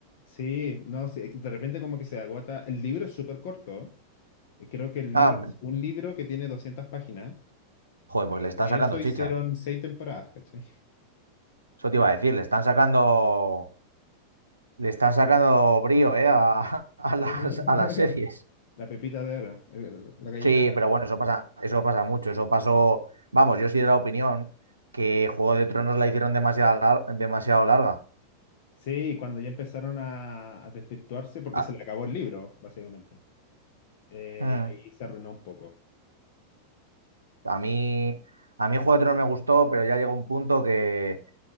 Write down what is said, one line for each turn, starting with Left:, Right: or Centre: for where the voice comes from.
Left: Sí, no, sí, de repente como que se agota. El libro es súper corto. eh, Creo que el
Right: Ah,
Left: libro es un libro que tiene 200 páginas,
Right: joder,
Left: pero
Right: pues le están
Left: de
Right: sacando
Left: eso
Right: chicha.
Left: hicieron seis temporadas, ¿cachai?
Right: Eso te iba a decir, le están sacando, le están sacando brío, ¿eh? A, <laughs> a
Left: Sí.
Right: las,
Left: <laughs>
Right: a las series.
Left: La pepita de oro, el- la gallina.
Right: Sí, pero bueno, eso pasa, eso pasa mucho. Eso pasó. Vamos, yo soy de la opinión que Juego de Tronos la hicieron demasiado, lar- demasiado larga.
Left: Sí, cuando ya empezaron a, a desvirtuarse, porque
Right: A,
Left: se le acabó el libro, básicamente. Eh,
Right: mm,
Left: ahí se arruinó un poco.
Right: a mí, a mí Juego de Tronos me gustó, pero ya llegó un punto que,